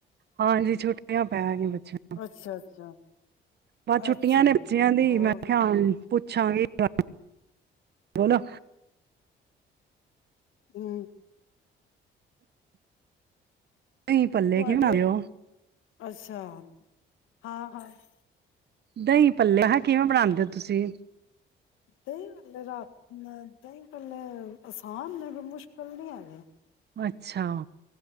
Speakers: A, on the right; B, on the left.
A: ਹਾਂਜੀ ਛੁੱਟੀਆਂ ਪੈ ਗੀ ਬੱਚੇਆ।
B: ਅੱਛਾ, ਅੱਛਾ।
A: ਬਸ ਛੁੱਟੀਆਂ
B: ਅੱਛਾ
A: ਨੇ ਬੱਚਿਆਂ ਦੀ
B: ਹੋਰ
A: ਮੈਂ ਖਿਆ <unintelligible> ਪੁੱਛਾਂਗੀ। <unintelligible> ਬੋਲੋ।
B: ਹੁੰ।
A: ਦਹੀਂ ਪੱਲੇ
B: ਤੁਹਾਦੀਆਂ
A: ਕਿਵੇਂ ਬਣਾਦੇ ਹੋ
B: ਅੱਛਾ, ਹਾਂ, ਹਾਂ। <inaudible>
A: ਦਹੀਂ ਪੱਲੇ ਮੈ ਕਿਹਾ ਕਿਵੇਂ ਬਣਾਉਂਦੇ ਓ ਤੁਸੀਂ?
B: ਦਹੀਂ ਪੱਲੇ ਰਾਤ ਨ ਦਹੀਂ ਪੱਲੇ ਆਸਾਨ ਨੇ ਕੋਏ ਮੁਸ਼ਕਿਲ ਨੀ ਹੇਗੇ।
A: ਅੱਛਾ